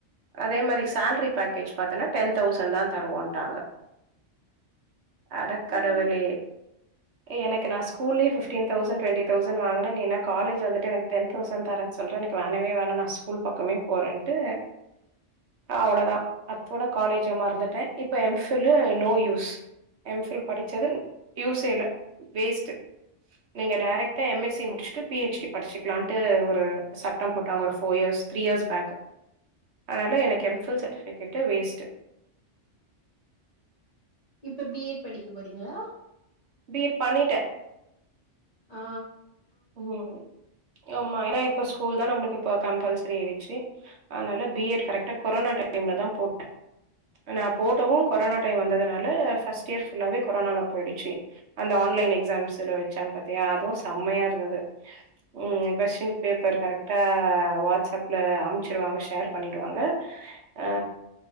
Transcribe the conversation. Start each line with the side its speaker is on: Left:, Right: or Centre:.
Right: அதே மாதிரி சேலரி பேக்கேஜ் பாத்தனா டென்தவுசண்ட் தான் தருவோனுடாங்க அடக்கடவுளே
Left: ஓ!
Right: எனக்கு நான் ஸ்கூல்லயே பிப்டீன் தௌசண்ட் டுவெண்ட்டி தௌசண்ட் வாங்கினேன் நீன்னா காலேஜ் வந்துட்டு எனக்கு டென் தௌசண்ட் தரேன்னு சொல்லிட்டு எனக்கு வேனவே வேணா நான் ஸ்கூல் பக்கமே போறேனேட்டு அவ்ளோதான் அத்தோட காலேஜ் மறந்துட்டேன் இப்ப MPhil no use M Phil படிச்சது யூசே இல்ல வேஸ்ட்டு நீங்க டைரக்டா எம் எஸ் சி முடிச்சுட்டு பிஎச்டி படிக்கலானுட்டு ஒரு சட்டம் போட்டாங்க ஒரு four years three years back அதனால எனக்கு எம்ஃபில் சர்டிஃபிகேட்டு வேஸ்ட்டு
Left: இப்ப பிஎட் படிக்க போறீங்களா
Right: பி எட் பண்ணிட்டே
Left: ஆ
Right: ம் ம்மா ஏன்னா இப்ப ஸ்கூல் தான் நம்ம கம்பல்சரி ஆயிடுச்சு அதனால பிஎட் கரெக்டா கொரோனா டைம்ல தான் போட்டேன் நான் போட்டவும் கொரோனா டைம் வந்ததுனால பர்ஸ்ட் இயர் புல்லாவே கொரோனால போயிடுச்சு அந்த ஆன்லைன் எக்ஸாம்ஸ் வச்சாங்க பத்தியா அதுவும் செம்மையா இருந்தது ம் கொஸ்டின் பேப்பர் கரெக்டா வாட்ஸ்சாப்புல அமுசிடுவாங்க ஷேர் பண்ணிடுவாங்க ஆ